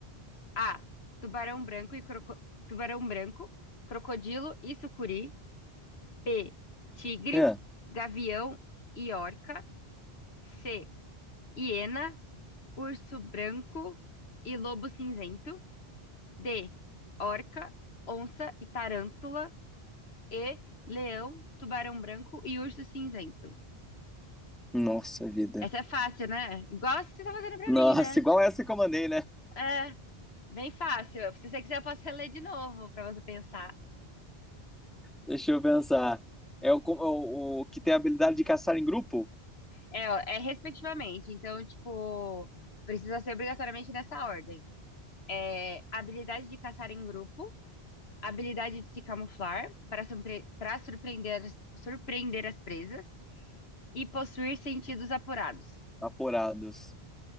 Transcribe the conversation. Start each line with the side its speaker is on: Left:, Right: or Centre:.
Left: A. Tubarão branco e croco- tubarão branco, crocodilo e sucuri. B. Tigre,
Centre: É.
Left: gavião e orca. C. Hiena, urso branco e lobo cinzento. D. Orca, onça e tarântula. e leão, tubarão branco e urso cinzento.
Centre: Nossa vida.
Left: Essa é fácil, né? Igual essa que você tá fazendo pra
Centre: Nossa,
Left: mim, né?
Centre: igual essa que eu mandei, né?
Left: É, bem fácil. Se você quiser, eu posso reler de novo pra você pensar.
Centre: Deixa eu pensar. É o, o, o que tem a habilidade de caçar em grupo?
Left: É, ó, é respectivamente. Então, tipo, precisa ser obrigatoriamente nessa ordem. É habilidade de caçar em grupo, habilidade de se camuflar para surpre para surpreender, as- surpreender as presas e possuir sentidos apurados.
Centre: Aporados.